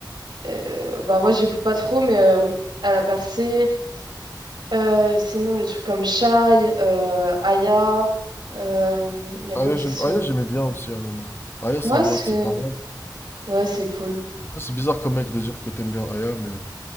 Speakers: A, on the right; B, on the left.
A: euh, bah, moi, j'écoute pas trop, mais euh, elle a percé. Euh, sinon, les trucs comme Shai, euh, Aya. euh, Il y a
B: Aya,
A: quoi qui
B: j'aime-
A: se.
B: Aya, j'aimais bien aussi à un moment. Aya,
A: Ouais,
B: c'est ambiance,
A: c'est
B: c'est pas mal.
A: ouais, c'est cool.
B: Après, c'est bizarre comme mec de dire que t'aimes bien Aya, mais...